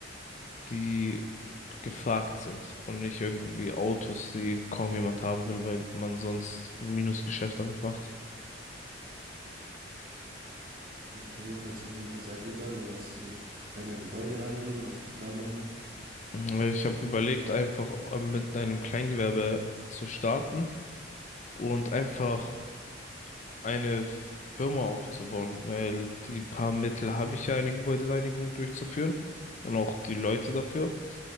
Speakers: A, on the left; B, on the right.
A: die gefragt sind und nicht irgendwie Autos, die kaum jemand haben will, weil man sonst ein Minusgeschäft damit macht.
B: Okay, hört sich auf jeden Fall sehr gut an. Und was ist mit deiner Gebäudereinigung? Was würdest du da machen?
A: Mhm, Ich habe überlegt, einfach äh, mit einem Kleingewerbe zu starten und einfach eine Firma aufzubauen, weil die paar Mittel habe ich ja, eine Gebäudereinigung durchzuführen und auch die Leute dafür.